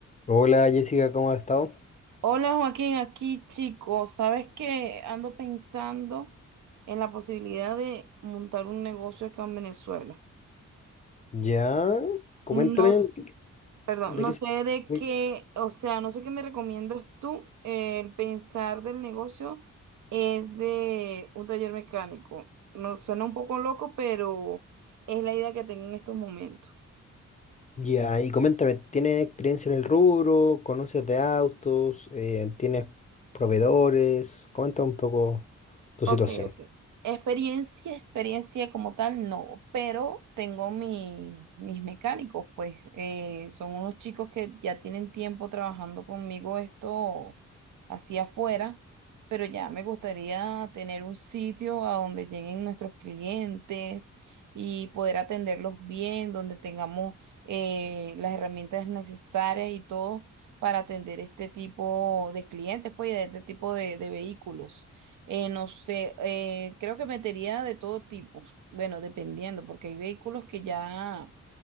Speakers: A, on the left; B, on the right.
A: Hola Jessica, ¿cómo has estado?
B: Hola Joaquín, aquí chico, sabes que ando pensando en la posibilidad de montar un negocio acá en Venezuela.
A: Ya, coméntame
B: No, s-
A: de qué
B: perdón,
A: de
B: no
A: qué
B: sé
A: se...
B: de
A: uy,
B: qué, o sea, no sé qué me recomiendas tú. El pensar del negocio es de un taller mecánico. No suena un poco loco, pero es la idea que tengo en estos momentos.
A: Ya, y coméntame, ¿tienes experiencia en el rubro? ¿Conoces de autos? Eh, ¿tienes proveedores? Comenta un poco tu
B: Ok,
A: situación.
B: ok. Experiencia, experiencia como tal, no, pero tengo mi- mis mecánicos, pues eh, son unos chicos que ya tienen tiempo trabajando conmigo esto hacia afuera, pero ya me gustaría tener un sitio a donde lleguen nuestros clientes y poder atenderlos bien, donde tengamos eh, las herramientas necesarias y todo para atender este tipo de clientes, pues y de este tipo de de vehículos. Eh, no sé, eh, creo que metería de todo tipo, bueno, dependiendo, porque hay vehículos que ya